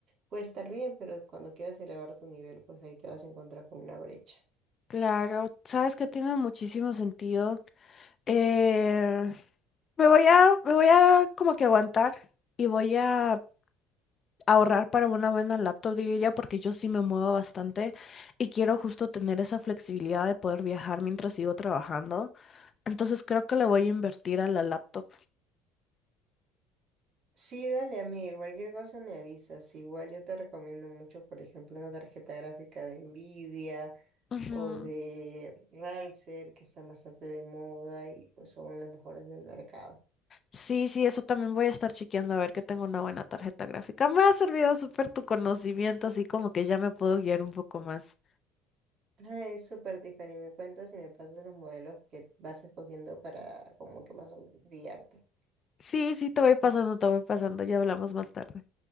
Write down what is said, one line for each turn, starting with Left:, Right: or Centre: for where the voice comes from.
Right: puede estar bien, pero cuando quieras elevar tu nivel, pues ahí te vas a encontrar con una brecha.
Left: claro. Sabes que tiene muchísimo sentido. Eh, me voy a, me voy a como que aguantar y voy a ahorrar para una buena laptop, diría yo, porque yo sí me muevo bastante y quiero justo tener esa flexibilidad de poder viajar mientras sigo trabajando. Entonces creo que le voy a invertir a la laptop.
Right: Sí, dale amigo, cualquier cosa me avisas. Igual yo te recomiendo mucho, por ejemplo, una tarjeta gráfica de Nvidia
Left: Ujú.
Right: o de Razer, que están bastante de moda y pues son las mejores del mercado.
Left: Sí, sí, eso también voy a estar chequeando a ver que tengo una buena tarjeta gráfica. Me ha servido súper tu conocimiento, así como que ya me puedo guiar un poco más.
Right: Ah, Es súper Tiffany, me cuentas y me pasas los modelos que vas escogiendo para como que más o menos guiarte.
Left: Sí, sí, te voy pasando, te voy pasando. Ya hablamos más tarde.